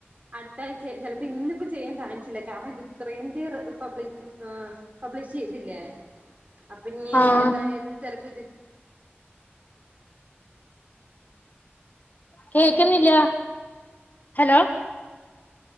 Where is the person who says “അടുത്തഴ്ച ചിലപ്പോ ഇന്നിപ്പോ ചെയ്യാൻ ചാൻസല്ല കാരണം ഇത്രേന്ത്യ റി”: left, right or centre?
Right